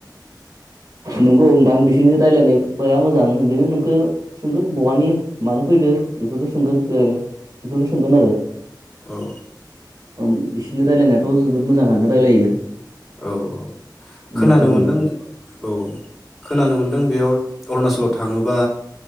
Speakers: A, on the right; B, in the centre.
A: नंगौ नोंथां बिसिोरनि रायलायनायया मोजां बिदिनो नोंखौ सोंगोन बहानि मानो फैदो बेफोरखौ सोंगोन बेरायनो बेफोरखौ सोंगोन आरो
B: औ
A: ओम बिसनि रायलायनायाथ' जोबोद मोजाङानो रायलायो
B: औ औ खोनानो
A: माथो होयो
B: मोनदों औ खोनानो मोनदों बेयाव अरुणाचलाव थाङोबा